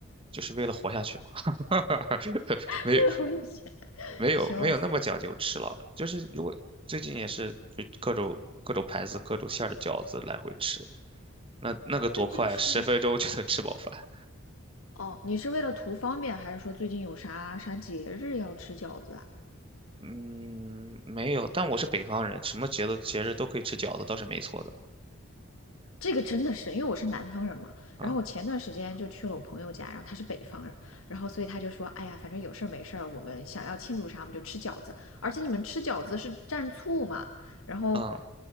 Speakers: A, on the right; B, on the left.
A: 就是为了活下去嘛，<laughs>
B: <laughs>
A: 没有。
B: 我以前 <laughs>
A: 没有没有那么讲究吃了，
B: 笑死！
A: 就是如果最近也是就各种各种牌子、各种馅儿的饺子来回吃，那那个多快啊，
B: 最近是
A: 十分钟就能吃饱饭。
B: 哦，你是为了图方便，还是说最近有啥啥节日要吃饺子啊？
A: 嗯，没有，但我是北方人，什么节日节日都可以吃饺子，倒是没错的
B: 这个真的是，因为我是南方人嘛，
A: 啊。
B: 然后我前段时间就去了我朋友家，然后他是北方人，然后所以他就说，哎呀，反正有事儿没事儿，我们想要庆祝啥，我们就吃饺子，而且你们吃饺子是蘸醋嘛，然后，
A: 嗯，